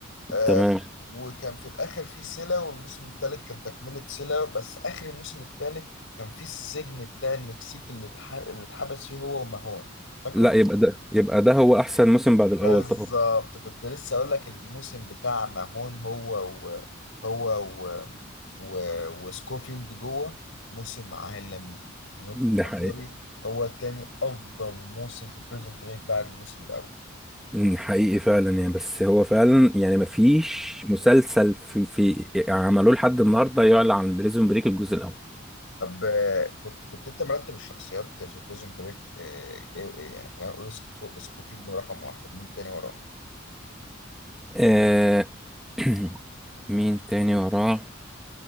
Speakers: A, on the left (about 75°); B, in the centre.
A: آه
B: تمام
A: وكان في الآخر في سيلا والموسم التالت كان تكملة سيلا بس آخر الموسم التالت كان في السجن بتاع المكسيكي اللي اتح- اللي اتحبس فيه هو وماهون فاكره
B: لا يبقى ده يبقى ده هو احسن موسم بعد الاول
A: بالظبط
B: طبعا
A: كنت لسه اقول لك الموسم بتاع ماهون هو و هو و و وسكوفيلد جوه موسم عالمي من وجهة
B: ده حقيقي
A: نظري هو التاني افضل موسم في بريزون بريك بعد الموسم الاول
B: ده حقيقي فعلا يعني بس هو فعلا يعني ما فيش مسلسل في في عملوه لحد النهارده يعلى عن بريزون بريك الجزء الاول
A: طب آه، كنت كنت انت مرتب الشخصيات في بريزون بريك ايه ايه يعني خلينا نقول سكيفو- سكوفيلد رقم واحد مين تاني وراه
B: آه... <clears throat> مين تاني وراه